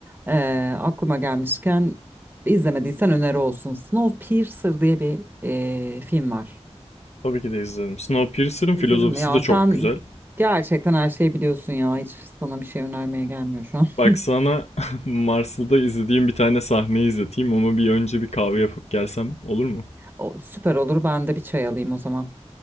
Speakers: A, on the right; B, on the left.
A: E, aklıma gelmişken izlemediysen öneri olsun. Snowpiercer diye bir e, film var.
B: Tabii ki de izledim. Snowpiercer'ın
A: İzledin
B: filozofisi
A: mi? Ya
B: de çok
A: sen
B: güzel.
A: gerçekten her şeyi biliyorsun ya. Hiç sana bir şey önermeye gelmiyor şu an.
B: Bak
A: <laughs>
B: sana <laughs> Marslı'da izlediğim bir tane sahneyi izleteyim ama bir önce bir kahve yapıp gelsem olur mu?
A: O, süper olur. Ben de bir çay alayım o zaman.